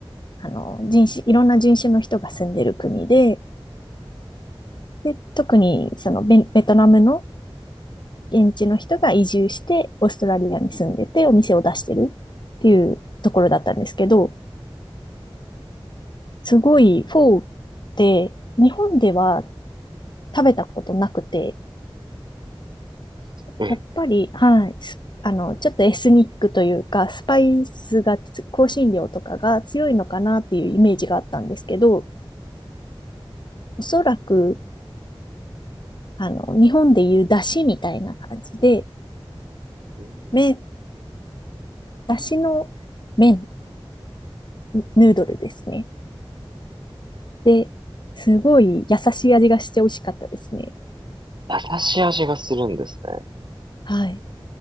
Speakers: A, on the left (about 50°); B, on the right (about 55°).
A: あの、人種、いろんな人種の人が住んでる国で、で、特にそのベ、ベトナムの現地の人が移住してオーストラリアに住んでてお店を出してるっていうところだったんですけど、すごいフォーって日本では食べたことなくて、
B: ええ。
A: やっぱり、はい、すあの、ちょっとエスニックというか、スパイスがつ、香辛料とかが強いのかなっていうイメージがあったんですけど、おそらく、あの、日本でいう出汁みたいな感じで、
B: うーん
A: 麺、出汁の麺、ヌードルですね。で、すごい優しい味がして美味しかったですね。
B: 優しい味がするんです
A: はい。